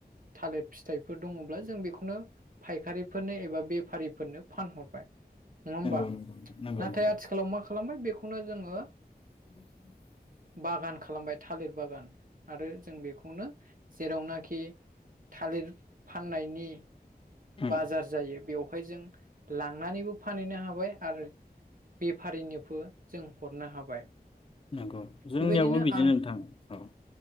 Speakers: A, on the right; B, on the left.
A: थालिर फिथाइफोर दङब्ला जों बेखौनो फायखारिफोरनो एबा बेफारिफोरनो फानहरबाय। नङा होमबा
B: नंगौ नोंथां नंगौ
A: नाथाय
B: नंगौ नोंथां
A: आथिखालाव मा खालामबाय बेखौनो जोङो।
B: <inaudible>
A: बागान खालामबाय थालिर बागान। आरो जों बेखौनो। जेरावनाखि थालिर फाननायनि।
B: उम
A: बाजार जायो बेयाव। ओमफाय जों लांनानैबो फानहैनो हाबाय आरो बेफारिनोबो जों हरनो हाबाय।
B: नंगौ जोंनियावबो
A: बेबायदिनो
B: बिदिनो
A: आन
B: नोंथां औ